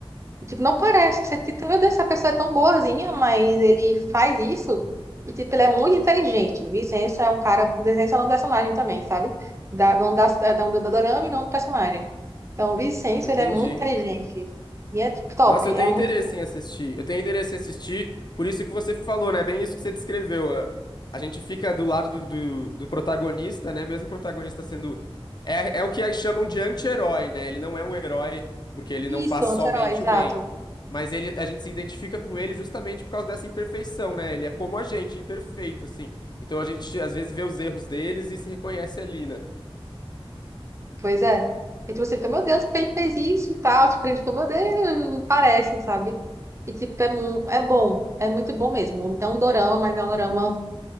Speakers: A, on the right; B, on the left.
A: E, tipo, não parece que você, tipo, meu Deus, essa pessoa é tão boazinha, mas ele faz isso. E, tipo, ele é muito inteligente. Vicença é um cara, Vicença é um personagem também, sabe? Da, não da, da, da, do dorama e não do personagem. Então, o Vicenço,
B: Entendi.
A: ele é muito inteligente. E é top.
B: Nossa, eu tenho
A: É muito.
B: interesse em assistir. Eu tenho interesse em assistir, por isso que você falou, né? Bem isso que você descreveu. A a gente fica do lado do, do, do protagonista, né? Mesmo o protagonista sendo. É, é o que chamam de anti-herói, né? Ele não é um herói, porque ele
A: Isso,
B: não faz
A: anti-herói,
B: somente
A: exato.
B: o bem. Mas ele, a gente se identifica com ele justamente por causa dessa imperfeição, né? Ele é como a gente, imperfeito, assim. Então a gente às vezes vê os erros deles e se reconhece ali, né?
A: Pois é. E tipo, você fica, meu Deus, porque ele fez isso e tal. Tipo, ele fica, meu Deus, não parece, sabe? E tipo, é, mu- é bom. É muito bom mesmo. É um dorama, mas é um dorama